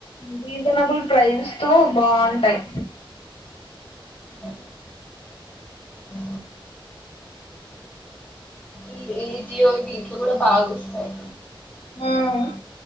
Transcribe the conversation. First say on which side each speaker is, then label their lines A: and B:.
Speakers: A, on the left; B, on the left.
A: రీజనబుల్ ప్రైస్ తో బాగుంటాయి
B: ఆ ఆ ఈ ఈ జియో వీంట్లో కూడా బాగా వస్తాయి
A: ఉమ్